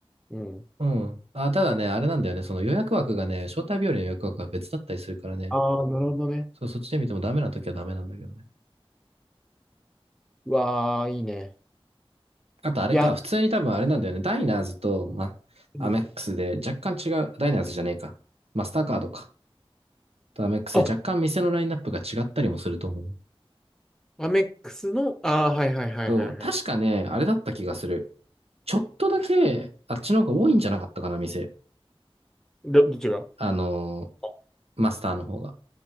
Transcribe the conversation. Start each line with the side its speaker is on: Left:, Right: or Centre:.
Centre: う。うん。
Right: うん。あ、ただね、あれなんだよね。その予約枠がね、招待日和の予約枠が別だったりするからね。
Centre: ああー、なるほどね。
Right: そう、そっちで見てもダメな時はダメなんだけどね。
Centre: うわあ、いいね。
Right: あとあれか、
Centre: いや、
Right: 普通に多分あれなんだよね。ダイナーズと、ま、
Centre: うん
Right: アメックスで若干違う、ダイナーズじゃねえか。マスターカードか。とアメックスで若干店のラインナップが違ったりもすると思う。
Centre: あ、アメックスの、ああ、はいはいはいはいはい。
Right: そう、確かね、あれだった気がする。ちょっとだけ、あっちの方が多いんじゃなかったかな、店。
Centre: ど、どっちが
Right: あのー
Centre: あ
Right: マスターの方が。